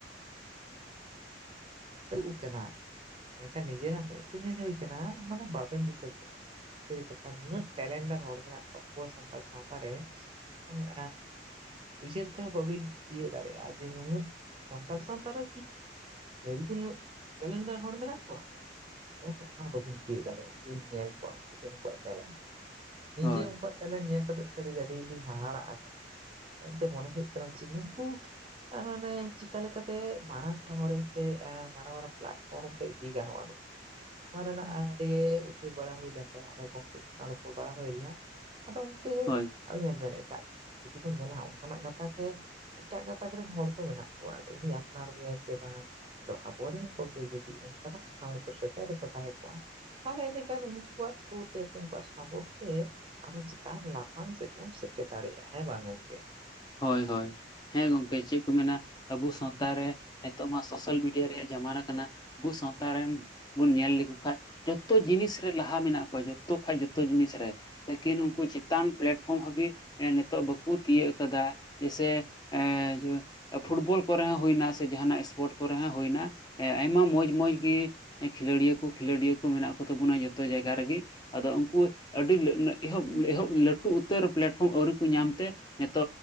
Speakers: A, on the right; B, on the left.
A: ᱥᱮ ᱟᱹᱩᱜ ᱠᱟᱱᱟ ᱢᱮᱱᱠᱷᱟᱱ ᱱᱤᱡᱮᱨᱟᱜ ᱢᱮᱸᱫ ᱛᱮ ᱧᱮᱞ ᱦᱩᱭ ᱠᱟᱱᱟ ᱢᱟᱱᱮ ᱵᱟᱵᱮᱱ ᱵᱤᱥᱟᱹᱥᱚᱜ-ᱟ ᱾ ᱥᱟᱹᱨᱤ ᱠᱟᱛᱷᱟ ᱱᱩᱱᱟᱹᱜ ᱴᱮᱞᱮᱱᱰᱟᱨ ᱦᱚᱲ ᱢᱮᱱᱟᱜ ᱠᱚᱣᱟ ᱟᱵᱚ ᱥᱟᱱᱛᱟᱲ ᱥᱟᱶᱛᱟ ᱨᱮᱼᱼ ᱢᱮᱱᱠᱷᱟᱱ ᱮᱸᱼᱼ ᱩᱭᱦᱟᱹᱨ ᱛᱮᱦᱚᱸ ᱵᱟᱹᱵᱤᱱ ᱛᱤᱭᱟᱹᱜ ᱫᱟᱲᱮᱭᱟᱜ-ᱟ ᱡᱮ ᱱᱩᱱᱟᱹᱜ ᱥᱟᱱᱛᱟᱲ ᱥᱟᱶᱛᱟ ᱨᱮ ᱠᱤᱼᱼ ᱥᱟᱹᱨᱤ ᱜᱮ ᱱᱩᱱᱟᱹᱜ ᱴᱮᱞᱮᱱᱰᱟᱨ ᱦᱚᱲ ᱢᱮᱱᱟᱜ ᱠᱚᱣᱟ᱾ ᱮᱱ ᱦᱚᱸ ᱫᱚ ᱵᱟᱹᱵᱤᱱ ᱛᱤᱭᱟᱹᱜ ᱫᱟᱲᱮᱭᱟᱜ-ᱟ ᱡᱩᱫᱤ ᱵᱮᱱ ᱧᱮᱞ ᱠᱚᱣᱟ ᱩᱱᱠᱩ ᱴᱷᱮᱱ ᱩᱱᱠᱩᱣᱟᱜ ᱴᱮᱞᱮᱱᱴ ᱱᱤᱡᱮ
B: ᱦᱳᱭ
A: ᱩᱱᱠᱩᱣᱟᱜ ᱴᱮᱞᱮᱱᱴ‌ ᱧᱮᱞ ᱠᱟᱛᱮᱜ ᱥᱟᱹᱨᱤ ᱜᱮ ‌ᱟᱹᱰᱤ ᱞᱤᱧ ᱦᱟᱦᱟᱲᱟᱜ ᱟᱠᱟᱱᱟ᱾ ᱛᱟ ᱮᱱᱛᱮ ᱢᱚᱱᱮ ᱦᱩᱭᱩᱜ ᱠᱟᱱᱟ ᱡᱮ ᱱᱩᱝᱠᱩ ᱟᱨ ᱢᱟᱱᱮ ᱪᱮᱠᱟ ᱞᱮᱠᱟ ᱛᱮ ᱢᱟᱨᱟᱝ ᱴᱷᱟᱶ ᱨᱮᱼᱼ ᱥᱮ ᱮ ᱢᱟᱨᱟᱝ ᱢᱟᱨᱟᱝ ᱯᱞᱟᱴᱯᱷᱚᱨᱢ ᱨᱮ ᱤᱫᱤ ᱜᱟᱱᱚᱜ-ᱟ ᱱᱩᱠᱼᱼ ᱱᱚᱶᱟ ᱨᱮᱱᱟᱜ ᱟᱹᱰᱤ ᱩᱭᱦᱟᱹᱨ ᱵᱟᱲᱟ ᱦᱩᱭ ᱞᱮᱱ ᱛᱟᱦᱮᱸᱜ ᱟᱫᱚ ᱜᱚᱝᱠᱮ ᱠᱚ ᱥᱟᱝ ᱨᱚᱯᱚᱲ ᱵᱟᱲᱟ ᱦᱩᱭ ᱞᱮᱱᱟ᱾ ᱟᱫᱚ ᱜᱚᱝᱠᱮ
B: ᱦᱳᱭ
A: ᱟᱫᱚ ᱧᱮᱞ ᱵᱮᱱ ᱮᱴᱟᱜ ᱡᱩᱫᱤ ᱵᱚᱱ ᱧᱮᱞᱟ ᱦᱟᱸᱜ ᱚᱱᱠᱟ ᱱᱟᱜ ᱜᱟᱸᱛᱟᱠ ᱨᱮᱼᱼ ᱮᱴᱟᱜ ᱜᱟᱸᱛᱟᱠ ᱨᱮᱱ ᱦᱚᱲ ᱠᱚ ᱢᱮᱱᱟᱜ ᱠᱚᱣᱟ ᱟᱫᱚ ᱩᱱᱤᱭ ᱟᱯᱱᱟᱨ ᱢᱮᱭᱟᱭ ᱥᱮ ᱵᱟᱝ᱾ ᱟᱫᱚ ᱟᱵᱚᱨᱮᱱ ᱠᱚᱜᱮ ᱡᱩᱫᱤ ᱚᱱᱠᱟ ᱱᱟᱜ ᱴᱷᱟᱶ ᱨᱮᱠᱚ ᱥᱮᱴᱮᱨ ᱠᱚ ᱛᱟᱦᱮᱸ ᱠᱚᱜ-ᱟᱼᱼ ᱛᱟᱦᱚᱞᱮ ᱮᱱᱰᱮᱠᱷᱟᱱ ᱩᱱᱠᱩᱣᱟᱜ ᱛᱷᱨᱩ ᱛᱮ ᱥᱮ ᱩᱱᱠᱩᱣᱟᱜ ᱥᱟᱯᱚᱴ ᱛᱮᱼᱼ ᱟᱨᱚ ᱪᱮᱛᱟᱱ ᱞᱟᱯᱷᱟᱝ ᱥᱮᱜ ᱵᱚᱱ ᱥᱮᱴᱮᱨ ᱫᱟᱲᱮᱭᱟᱜ- ᱟ ᱦᱮᱸ ᱵᱟᱝ ᱜᱚᱝᱠᱮ᱾
B: ᱦᱚᱭ ᱦᱚᱭ᱾ ᱦᱮᱸ ᱜᱚᱝᱠᱮ ᱪᱮᱜ ᱠᱩ ᱢᱮᱱᱟ ᱟᱹᱵᱚ ᱥᱟᱶᱛᱟ ᱨᱮ ᱱᱤᱛᱚᱜ ᱢᱟ ᱥᱳᱥᱟᱞ ᱢᱤᱰᱤᱭᱟ ᱨᱮᱭᱟᱜ ᱡᱟᱢᱟᱱᱟ ᱠᱟᱱᱟᱼᱼ ᱟᱹᱵᱩ ᱥᱟᱶᱛᱟ ᱨᱮᱱᱼᱼ ᱵᱩᱱ ᱧᱮᱞ ᱞᱮᱠᱩ ᱠᱷᱟᱡ ᱡᱚᱛᱚ ᱡᱤᱱᱤᱥ ᱨᱮ ᱞᱟᱦᱟ ᱢᱮᱱᱟᱜ ᱠᱩᱣᱟ ᱡᱚᱛᱚ ᱠᱷᱟᱡ ᱡᱚᱛᱚ ᱡᱤᱱᱤᱥ ᱨᱮ᱾ ᱞᱮᱠᱤᱱ ᱩᱱᱠᱩ ᱪᱮᱛᱟᱱ ᱯᱮᱞᱮᱴᱯᱷᱨᱚᱢ ᱦᱟᱹᱵᱤᱡ ᱱᱤᱛᱚᱜ ᱵᱹᱟᱠᱩ ᱛᱤᱭᱟᱹᱜᱼᱼ ᱠᱟᱫᱟ ᱡᱮᱭ ᱥᱮ ᱮ ᱤᱭᱟᱹᱼᱼ ᱯᱷᱩᱴᱵᱚᱞ ᱠᱚᱨᱮ ᱦᱚᱸ ᱦᱩᱭᱱᱟ ᱥᱮ ᱡᱟᱦᱟᱸ ᱱᱟᱜ ᱥᱯᱚᱨᱴ ᱠᱚᱨᱮ ᱦᱚᱸ ᱦᱩᱭᱱᱟ ᱮ ᱟᱭᱢᱟ ᱢᱚᱸᱡᱽ ᱢᱚᱸᱡᱽ ᱜᱤᱼᱼ ᱮ ᱠᱷᱮᱞᱟᱹᱲᱤᱭᱟᱹ ᱠᱩ ᱠᱷᱮᱞᱤᱸᱰᱤᱭᱟᱹ ᱠᱩ ᱢᱮᱱᱟᱜ ᱠᱩ ᱛᱟᱹᱵᱩᱱᱟ ᱡᱚᱛᱚ ᱡᱟᱭᱜᱟ ᱨᱮᱜᱤ᱾ ᱟᱫᱚ ᱩᱱᱠᱩ ᱟᱹᱰᱤ ᱞᱟᱹ ᱮᱦᱚᱵ ᱮᱦᱚᱵ ᱞᱟᱹᱴᱩ ᱩᱛᱟᱹᱨ ᱯᱮᱞᱮᱴᱯᱷᱨᱚᱢ ᱟᱹᱣᱨᱤ ᱠᱩ ᱧᱟᱢ ᱛᱮᱼᱼ ᱛᱚ